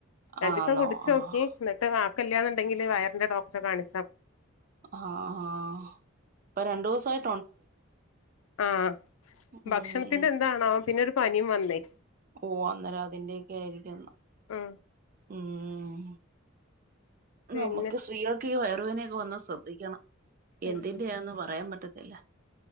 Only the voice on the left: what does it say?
രണ്ടീസം
കുടിച്ചു
നോക്കി ന്നട്ട് <unintelligible> സുഖ ല്ല്യാന്നുണ്ടെങ്കില് വയറിന്റെ ഡോക്ടറെ കാണി
ആ
ഭക്ഷണത്തിന്റെ എന്താണാവോ പിന്നെ ഒരു പനിം വന്നെയ്
ഉം
പിന്നെ
ഉം